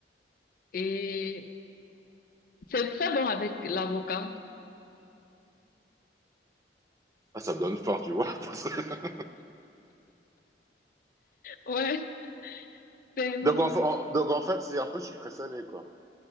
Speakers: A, on the left; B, on the right.
A: Et c'est très bon avec l'avocat.
B: Ah, ça me donne faim, tu vois. <laughs>
A: Ouais, c'est hum,
B: Donc en, en- donc en fait, c'est un peu sucré salé quoi,